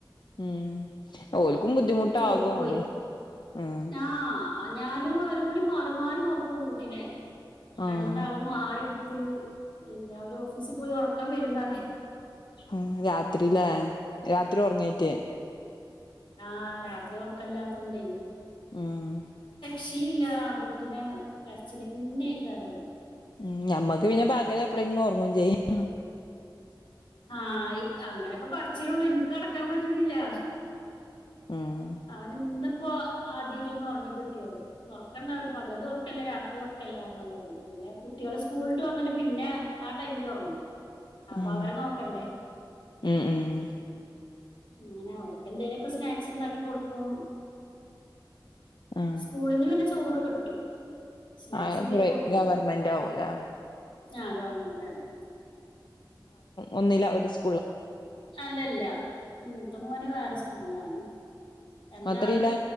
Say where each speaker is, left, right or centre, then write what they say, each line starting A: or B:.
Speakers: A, on the left; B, on the left.
A: ഉം ഒരുക്കും ബുദ്ധിമുട്ടാകും
B: ജോലിക്ക് പോയി
A: അല്ലേ ഉം
B: ആ ഞാനും ഓരുംകൂടി മാറിമാറി നോക്കും കുട്ടിനെ
A: ആഹ്
B: രണ്ടാളും മാറിയു ഓഫീസിൽ പോയി ഉറക്കം വരുംന്ന് അറി
A: ഉം രാത്രില്ലേ രാത്രി ഉറങ്ങിറ്റേ
B: ആ രാത്രി ഒറക്കല്ലാത്തോണ്ടേ.
A: ഉം
B: ഷീല്ലാ കുട്ടിനെ കരച്ചിലന്നേക്കാരം.
A: ഉം ഞമ്മക്ക് പിന്നെ പകലെപ്പളെങ്കിലും ഒറങ്ങും ചെയ്യ ആഹ്
B: ആ ഈ അങ്ങനൊക്കെ പറച്ചിലൊള്ളു ഇൻക്ക് കടക്കാൻ പറ്റ്ണില്ലാ.
A: ഉം
B: അവന് ന്നും പ്പോ ആദ്യായ്ട്ട് ഒന്നൊർങ്ങിക്കിട്ടിയത്. ഒറക്കണ്ടാവ്‌ല, പകലും ഒറക്കല്ല രാത്രിം ഒറക്കല്ലാർണ മാതിരി. പിന്നെ കുട്ടികള് സ്കൂൾവിട്ട് വന്നിട്ട് പിന്നെ ആ ടൈമില് ഒറങ്ങും അപ്പൊ
A: ആഹ്
B: അവരെ നോ ക്കണ്ടെ..
A: ഉം ഉം
B: അങ്ങനെ അവർക്കെന്തേലൊക്കെ സ്നാക്ക്സ് ഉണ്ടാക്കി കൊടുക്കും.
A: ആഹ്
B: സ്കൂളിന് പിന്നെ ചോറ് കിട്ടും. സ്നാക്സ്
A: ആ
B: എന്തേലും
A: കുറേ
B: കൊണ്ടോവും
A: ഗവർമെന്റ് ആവൂലാ-
B: ആ ഗവണ്മെന്റ് ആണ്-
A: ഒന്നിലവര് സ്
B: അല്ലല്ല മൂത്തമോന് വേറെ സ്കൂ ളിലാണ്- രണ്ടാള്
A: എത്രയിലാ